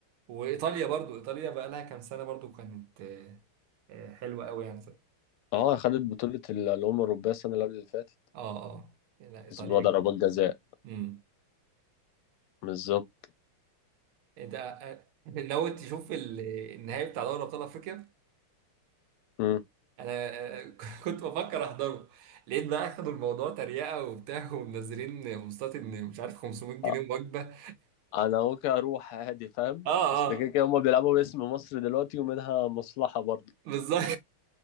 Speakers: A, on the right (about 75°); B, on the left (about 85°).
A: وايطاليا برضو ايطاليا بقى لها كام سنه برضو كانت آه، آه، حلوه قوي يعني
B: اه خدت بطولة ال- الأمم الأوروبية السنة اللي قبل اللي فاتت
A: اه اه لا ايطاليا
B: كسبوها ضربات جزاء
A: امم
B: بالظبط
A: انت آه، آه، ناوي تشوف ال- النهائي بتاع دوري ابطال افريقيا
B: مم.
A: انا آه، <laughs> كنت بفكر احضره لقيت بقى اخدوا الموضوع تريقه وبتاع <laughs> ومنزلين بوستات ان مش عارف 500 جنيه
B: آه،
A: وجبه
B: انا ممكن اروح عادي فاهم
A: اه
B: اصل
A: اه
B: كده كده هما بيلعبوا باسم مصر دلوقتي ومنها مصلحة برضه
A: بالظبط